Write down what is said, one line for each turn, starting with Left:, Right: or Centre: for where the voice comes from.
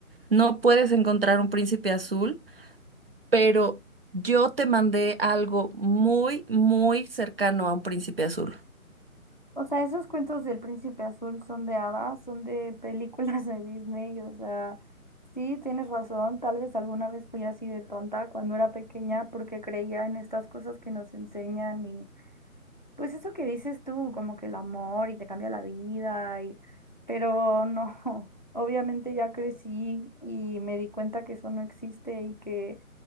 Right: no puedes encontrar un príncipe azul, pero yo te mandé algo muy, muy cercano a un príncipe azul.
Left: O sea, esos cuentos del Príncipe Azul son de hadas, son de películas de Disney. O sea, sí, tienes razón. Tal vez alguna vez fui así de tonta cuando era pequeña porque creía en estas cosas que nos enseñan Pues eso que dices tú, como que el amor y te cambia la vida, y... pero no, <laughs> obviamente ya crecí y me di cuenta que eso no existe y que,